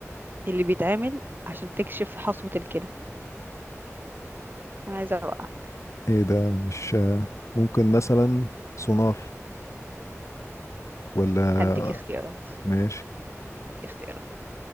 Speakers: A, on the right; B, on the left.
A: اللي بيتعمل عشان تكشف حصوة الكلى انا عايزه اوقعك
B: ايه ده مش ممكن مثلا سونار ولا
A: هديك اختيارات
B: ماشي
A: اختيارات